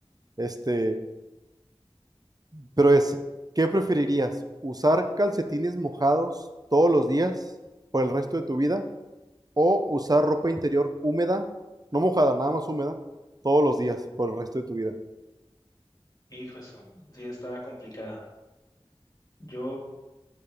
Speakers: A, on the right; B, on the left.
A: este, pero es, ¿qué preferirías? ¿Usar calcetines mojados todos los días por el resto de tu vida o usar ropa interior húmeda, no mojada, nada más húmeda, todos los días por el resto de tu vida?
B: Hijo, eso sí está complicada. Yo,